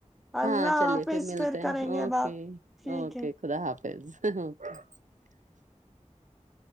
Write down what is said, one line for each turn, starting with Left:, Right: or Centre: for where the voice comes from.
Centre: اللہ
Right: ہاں چلیے
Centre: حافظ
Right: پھر ملتے
Centre: کریں
Right: ہیں
Centre: گے
Right: اوکے
Centre: بات ٹھیک
Right: اوکے
Centre: ہے
Right: خدا حافظ ک <unintelligible>